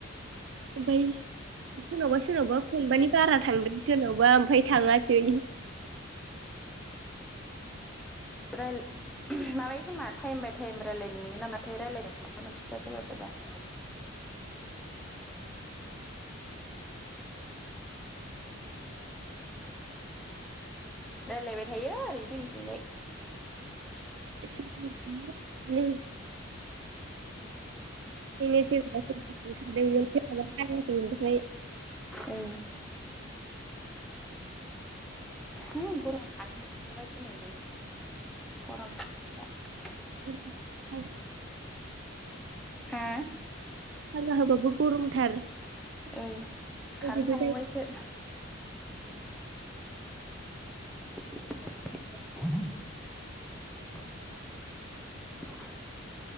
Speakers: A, on the right; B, in the centre.
A: ओमफ्राय सोरनावबा सोरनावबा खनबानि बारा थां सोरनावबा ओमफाय थाङासै
B: रेल <inaudible> माबायो खोमा टाइम बाय टाइम रायज्लायनो मोनो नामाथाय रायज्लायदोंमोन मानसिफ्रा सोरबा सोरबा <inaudible> <inaudible> रायलायबाय थायो ओरै जोंनिथिंजाय
A: <unintelligible> नो सोराबा सोरबा बे सोरहाबा खाराखै ओमफ्राय
B: ओ होम गरम खारेनबो थांबावबायसो नै जों गरमथार बोथोरा
A: <inaudible>
B: हा
A: फांखा होबाबो गरमथार
B: उम खारेन्ट
A: जेबो
B: थांबावबायसो
A: जाया
B: <inaudible>